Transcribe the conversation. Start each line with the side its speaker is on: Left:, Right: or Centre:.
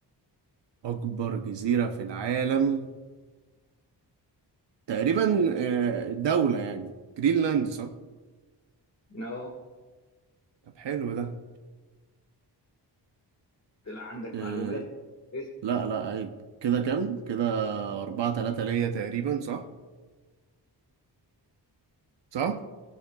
Right: أكبر جزيرة في العالم تقريبا آه، دولة يعني جرينلاند صح؟
Left: أهو
Right: طب حلو ده
Left: طلع عندك
Right: آه،
Left: معلومات اسأل
Right: لا لا عيب كده كام؟ كده أربعة تلاتة ليا تقريبا صح؟ صح؟